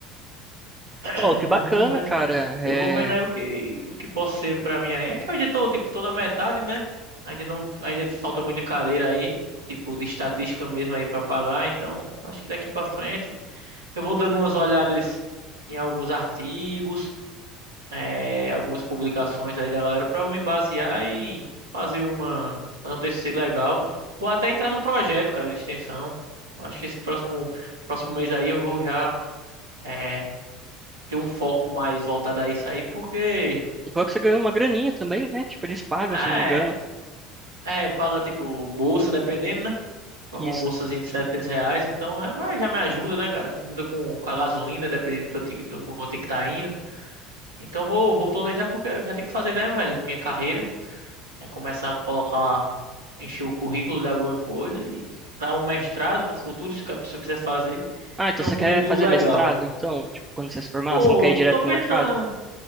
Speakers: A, on the right; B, on the right.
A: <clears throat>
B: Oh, que bacana,
A: Eu vou vendo,
B: cara. É...
A: eu vou vendo aí o que, o que posso ser pra mim aí. É que eu ainda tô, tipo, tô na metade, né? Ainda não, ainda falta muita cadeira aí, tipo, de estatística mesmo aí pra pagar, então acho que daqui pra frente eu vou dando umas olhadas em alguns artigos. é, algumas publicações aí da galera para eu me basear e fazer uma fazer um TCC legal ou até entrar no projeto, cara, de extensão. Eu acho que esse próximo próximo mês aí eu vou já é, ter um foco mais voltado a isso aí, porque
B: E bom que você ganhou uma graninha também, né? Tipo, eles pagam,
A: é,
B: se eu não me engano.
A: é paga tipo bolsa, dependendo, né? Paga
B: Isso.
A: uma bolsazinha de 700 reais, então é, vai, já me ajuda, né, cara? Ajuda com, com a gasolina, dependendo do que eu, te- eu vou ter que estar indo. Então vou, vou planejar porque eu já tenho que fazer, né, velho, minha carreira. né? Começar a colocar, encher o currículo de alguma coisa e para um mestrado no futuro, se a pessoa quiser fazer,
B: Ah, então
A: tem
B: você
A: um currículo
B: quer fazer
A: legal.
B: mestrado, então? Tipo, quando você se formar,
A: Pô,
B: você não quer ir direto
A: tô
B: pro
A: pensando,
B: mercado?